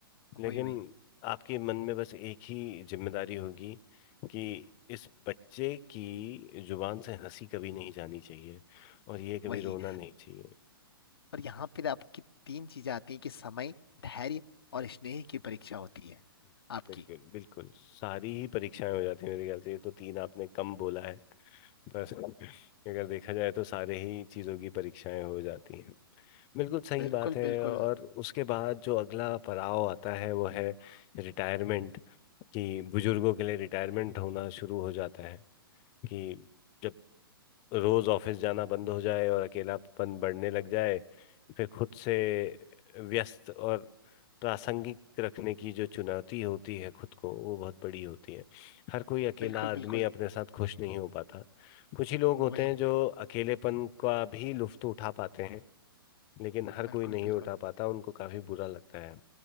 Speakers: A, on the left; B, on the left.
A: वही
B: लेकिन
A: वही
B: आपके मन में बस एक ही जिम्मेदारी होगी कि इस बच्चे की जुबान से हंसी कभी नहीं जानी चाहिए और ये कभी
A: वही
B: रोना नहीं चाहिए
A: और यहाँ पे आपकी तीन चीजें आती हैं कि समय धैर्य और स्नेह की परीक्षा होती है आपकी
B: बिल्कुल बिल्कुल सारी ही परीक्षाएं हो जाती है मेरे ख्याल से ये तो तीन आपने कम बोला है पर अगर देखा जाए तो सारे ही चीज़ों की परीक्षाएं हो जाती हैं बिल्कुल सही
A: बिल्कुल
B: बात है
A: बिल्कुल
B: और उसके बाद जो अगला पड़ाव आता है वो है रिटायरमेंट कि बुजुर्गों के लिए रिटायरमेंट होना शुरू हो जाता है कि जब रोज ऑफिस जाना बंद हो जाए और अकेलापन बढ़ने लग जाए फिर खुद से व्यस्त और प्रासंगिक रखने की जो चुनौती होती है खुद को वो बहुत बड़ी होती है हर कोई अकेला
A: बिल्कुल
B: आदमी
A: बिल्कुल
B: अपने साथ खुश नहीं हो पाता कुछ ही लोग होते
A: वही
B: हैं जो अकेलेपन का भी लुत्फ उठा पाते हैं लेकिन हर
A: बिल्कुल
B: कोई नहीं
A: बिल्कुल
B: उठा पाता उनको काफी बुरा लगता है